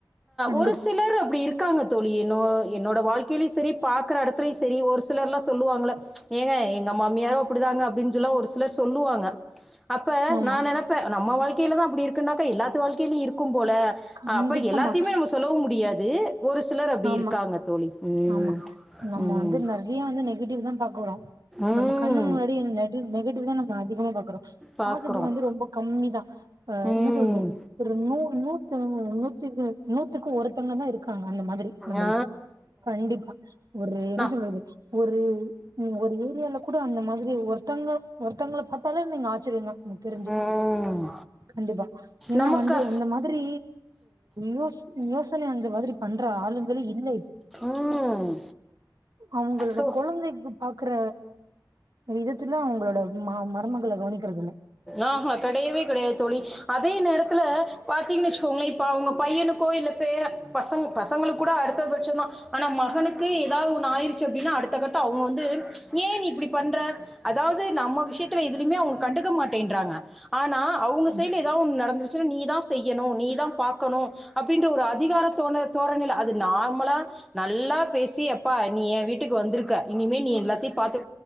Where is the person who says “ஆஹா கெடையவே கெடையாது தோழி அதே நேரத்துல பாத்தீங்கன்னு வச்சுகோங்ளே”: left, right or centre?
Centre